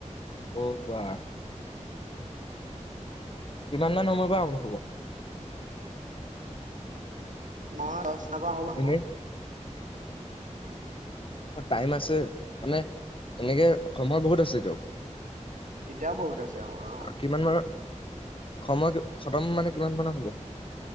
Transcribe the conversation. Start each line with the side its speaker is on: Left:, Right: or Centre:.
Left: অঁ বা কিমান মান সময় বা আৰম্ভ হ'ব?
Right: নহ দশটাৰ পৰা আৰম্ভ
Left: এনেই
Right: হ'ব চাগে।
Left: টাইম আছে, মানে এনেকে সময় বহুত আছে এতিয়াও।
Right: এতিয়াও বহুত আছে অ আহ।
Left: কিমান মানত সময় খতম মানে কিমান মানৰ হ'ব?